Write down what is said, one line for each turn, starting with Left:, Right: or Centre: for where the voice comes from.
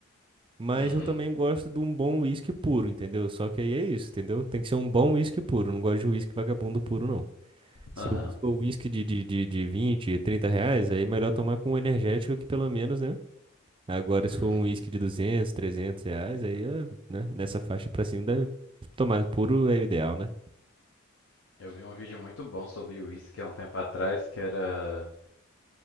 Right: Mas
Left: Uhum,
Right: eu também gosto de um bom uísque puro, entendeu? Só que aí é isso, entendeu? Tem que ser um bom uísque puro. eu Não gosto de uísque vagabundo puro, não. Se
Left: aham,
Right: o se o uísque de, de, de, de 20, 30 reais, aí é melhor tomar com energético que pelo menos, né? Agora,
Left: uhum.
Right: se for um uísque de 200, 300 reais, aí, é, né, nessa faixa pra cima, deve tomar puro é o ideal, né?
Left: Eu vi um vídeo muito bom sobre uísque há um tempo atrás, que era...